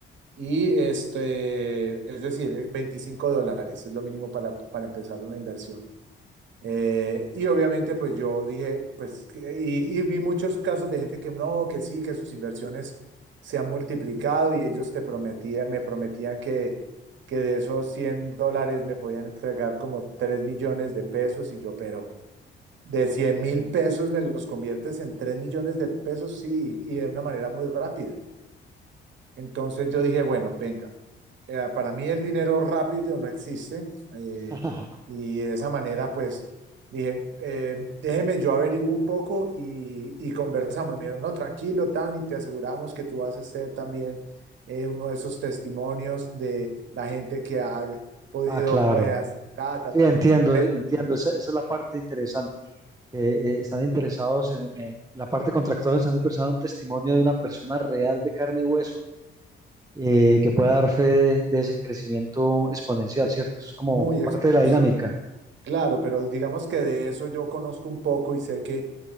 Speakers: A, on the right; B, on the right.
A: Y este, es decir, eh, 25 dólares es lo mínimo para, para empezar una inversión. Eh, y obviamente, pues yo dije, pues, que- y, y vi muchos casos de gente que no, que sí, que sus inversiones se han multiplicado y ellos te prometían, me prometían que, que de esos 100 dólares me podían entregar como tres millones de pesos y yo, pero de cien mil pesos me los conviertes en tres millones de pesos, sí, y, y de una manera muy rápida. Entonces yo dije, bueno, venga, eh, para mí el dinero rápido no existe eh,
B: <laughs>
A: y de esa manera pues dije, eh, déjeme yo averiguo un poco y, y conversamos. Y Me dijeron, no, tranquilo, Tan, y te aseguramos que tú vas a ser también eh, uno de esos testimonios de la gente que ha podido,
B: Ah, claro.
A: eh, hacer ta, ta,
B: Sí,
A: ta.
B: entiendo,
A: Y Yo, bueno, de-
B: entiendo. Esa, esa es la parte interesante. Que eh, están interesados en, en- la parte contractual, están interesados en un testimonio de una persona real de carne y hueso eh, que pueda dar fe de, de ese crecimiento exponencial, ¿cierto? Es como
A: muy,
B: parte
A: ex-
B: de la
A: sí,
B: dinámica.
A: Claro, pero digamos que de eso yo conozco un poco y sé que,